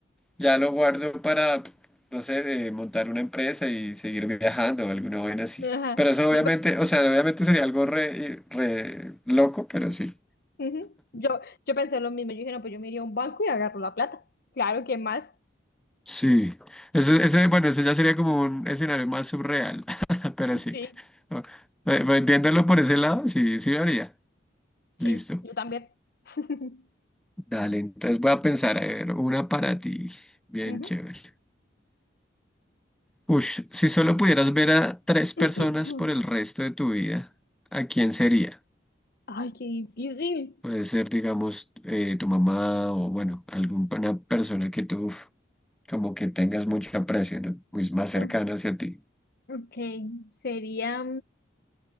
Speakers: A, in the centre; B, on the left.
A: ya lo guardo para, no sé, eh, montar una empresa y seguir viajando o alguna vaina así.
B: Ajá.
A: Pero eso
B: Yo,
A: obviamente,
B: pe-
A: o sea, obviamente sería algo re, re loco, pero sí.
B: ujú. Yo, yo pensé lo mismo. Yo dije, no, pues yo me iría a un banco y agarro la plata. Claro, ¿quién más?
A: Sí, ese, ese, bueno, ese ya sería como un escenario más surreal, <laughs> pero sí.
B: Sí,
A: O- eh, vi- Viéndolo por ese lado, sí, sí lo haría.
B: sí,
A: Listo.
B: yo también. <laughs>
A: Dale, entonces voy a pensar, a ver, una para ti. Bien
B: Ujú.
A: chévere. Ush, si solo pudieras ver a tres personas
B: <clears throat>
A: por el resto de tu vida, ¿a quién sería?
B: Ay, qué difícil.
A: Puede ser, digamos, eh, tu mamá o, bueno, alguna persona que tú uf, como que tengas mucho aprecio, ¿no? Pues más cercana
B: Mm,
A: hacia ti.
B: Ok, sería...